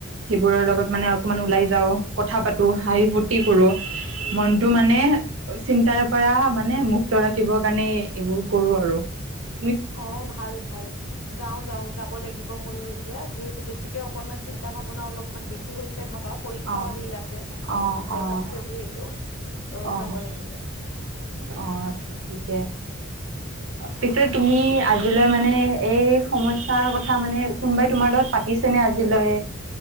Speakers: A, on the right (about 65°); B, on the left (about 70°).
A: সেইবোৰৰ লগত <unintelligible> ওলাই যাওঁ কথা পাতো হাঁহি ফূৰ্তি কৰো মনটো মানে চিন্তাৰ পৰা মানে মুক্ত ৰাখিব কাৰণে এইবোৰ কৰো আৰু <unintelligible>
B: অঁ ভাল ভাল যাঁও যাঁও যাব লাগিব। ময়ো এতিয়া যিহেতু বেছিকে অকনমান চিন্তা ভাৱনা অলপমান বেছি হৈছে। ভাবা পৰীক্ষাও
A: অ',
B: আহি আছে
A: অ',
B: ওচৰ
A: অ',
B: চাপিছে যিহেতু ত'
A: অ',
B: যাব লাগিব।
A: অ িকে পিছে তুমি আজিলৈ মানে এই সমস্্যাৰ কথা মানে কোনোবাই তোমাৰ লগত পাতিছেনেে আজিলৈ